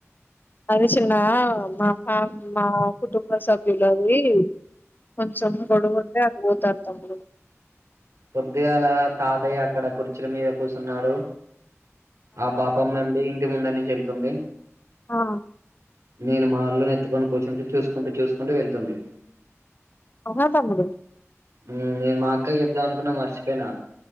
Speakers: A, on the left; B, on the right.
A: అని చిన మా ఫ్యా మా కుటుంబ సభ్యులు అవి కొంచసం గడుగు అందే అదితది తప్పుడు
B: కొద్దిగాల తాతయ్య అక్కడ కుర్చీల మీద కూర్చున్నాడు ఆ పాపమ్మ అండి ఇంటి ముందు నుంచి చెళ్తుంది
A: ఆ
B: నేను మాల్లోని ఎత్తుకొని కూర్చుంటే చూసుకుంటే చూసుకుంటే వెళ్తుంది
A: అహ తమ్ముడు
B: మ్ నేను మా అక్కా చెప్దాం అనుకున్నా మర్చిపోయినా